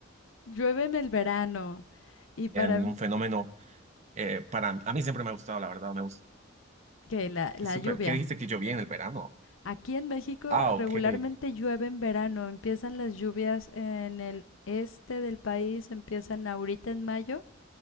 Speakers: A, on the left; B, on the right.
A: llueve en el verano. Y para
B: un
A: m-
B: fenómeno eh, para a mí siempre me ha gustado, la verdad, me gusta.
A: que la,
B: Qué
A: la
B: súper.
A: lluvia.
B: ¿Qué dijiste que llovía en el verano?
A: Aquí en México
B: Ah, ok.
A: regularmente llueve en verano, empiezan las lluvias en el este del país, empiezan ahorita en mayo